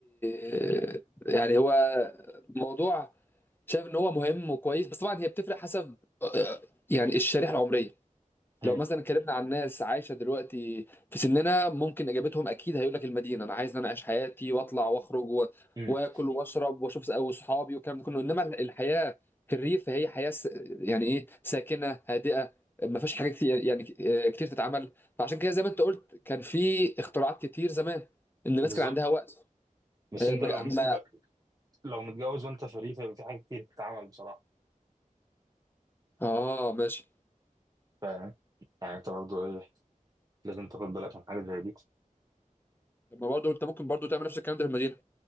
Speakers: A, on the left; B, on the right.
A: آه، يعني هو موضوع شايف ان هو مهم وكويس بس طبعا هي بتفرق حسب آه، يعني الشريحه العمريه
B: مم.
A: لو مثلا اتكلمنا عن ناس عايشه دلوقتي في سننا ممكن اجابتهم اكيد هيقول لك المدينه انا عايز ان انا اعيش حياتي واطلع واخرج و-
B: مم.
A: واكل واشرب واشوف اصحابي والكلام ده كله انما الحياه في الريف هي حياه س- يعني ايه ساكنه هادئه ما فيش حاجه كتير يعني آه، كتير تتعمل فعشان كده زي ما انت قلت كان في اختراعات كتير زمان ان الناس
B: بالظبط
A: كان عندها وقت
B: بس
A: آه،
B: انت
A: ما
B: لو
A: ما-
B: ل- لو متجوز وانت فري فيبقى في حاجات كتير بتتعمل بصراحه
A: اه ماشي
B: فاهم يعني انت برضه ايه لازم تاخد بالك من حاجه زي دي
A: طب ما برضه انت ممكن برضه تعمل نفس الكلام ده في المدينه